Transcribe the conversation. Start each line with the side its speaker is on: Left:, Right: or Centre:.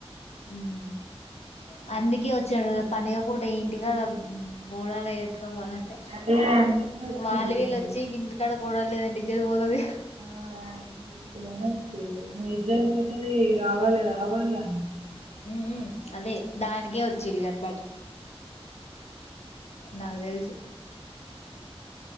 Left: ఉమ్ అందుకే వచ్చాడు పండుగ పూట ఇంటికాడా బోనాలకి ాలంటే
Right: అదే అందుకే వచ్చిళ్ళు
Left: వాళ్ల వీలు
Right: మరి
Left: వచ్చి ఇంటికాడ బోనం లేదంటే ఇజ్జత్ పోతది
Right: ఆ అందుకనే వచ్చిండు ఇక ఇజ్జత్ పోతది రావాలి రావాలి గా
Left: ఉ ఉ అదే దానికే వచ్చిలు కానీ బట నాకు తెలుసు